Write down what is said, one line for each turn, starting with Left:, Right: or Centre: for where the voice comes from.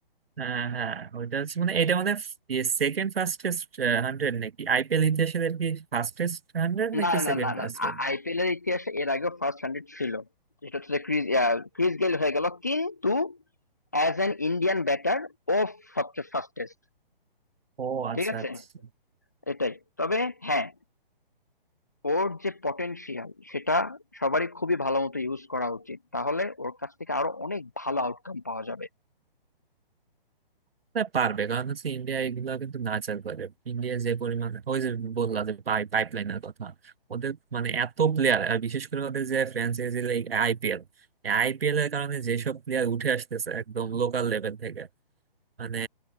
Right: হ্যাঁ হ্যাঁ ওইটা হচ্ছে মানে এটা মানে সেকেন্ড ফাস্টেস্ট হান্ড্রেড নাকি আইপিএল ইতিহাসের আর কি ফাস্টেস্ট হান্ড্রেড নাকি
Left: না না
Right: সেকেন্ড
Left: না না
Right: ফাস্টেস্ট
Left: আইপিএল এর ইতিহাসে এর আগেও ফার্স্ট হান্ড্রেড ছিল এটা হচ্ছে ক্রিস ক্রিস গেল হয়ে গেল কিন্তু অ্যাজ অ্যান ইন্ডিয়ান ব্যাটার ও সবচেয়ে ফাস্টেস্ট
Right: ও আচ্ছা
Left: ঠিক আছে
Right: আচ্ছা
Left: এটাই তবে হ্যাঁ ওর যে পটেনশিয়াল সেটা সবারই খুবই ভালো মতো ইউজ করা উচিত তাহলে ওর কাছ থেকে আরো অনেক ভালো আউটকাম পাওয়া যাবে
Right: তা পারবে কারণ হচ্ছে ইন্ডিয়া এগুলা কিন্তু নাচার করে ইন্ডিয়া যে পরিমাণ ওই যে বললা যে পাই পাইপলাইনের কথা ওদের মানে এত প্লেয়ার আর বিশেষ করে ওদের যে ফ্র্যাঞ্চাইজি লাইক আইপিএল আইপিএল এর কারণে যেসব প্লেয়ার উঠে আসতেছে একদম লোকাল লেভেল থেকে মানে